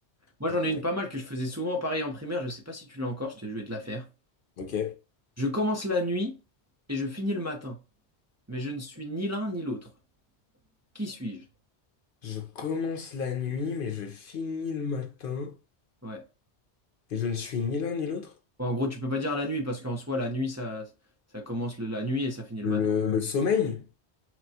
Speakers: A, on the right; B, on the left.
A: Moi,
B: Non,
A: j'en ai une
B: t'inquiète.
A: pas mal que je faisais souvent pareil en primaire. Je sais pas si tu l'as encore, je t'ai- je vais te la faire.
B: Ok.
A: Je commence la nuit et je finis le matin. mais je ne suis ni l'un ni l'autre. Qui suis-je?
B: Je commence la nuit, mais je finis le matin.
A: Ouais.
B: Et je ne suis ni l'un ni l'autre.
A: Ouais, en gros, tu peux pas dire la nuit parce qu'en soi, la nuit, ça, ça commence le- la nuit et ça finit
B: Le,
A: le matin.
B: le sommeil?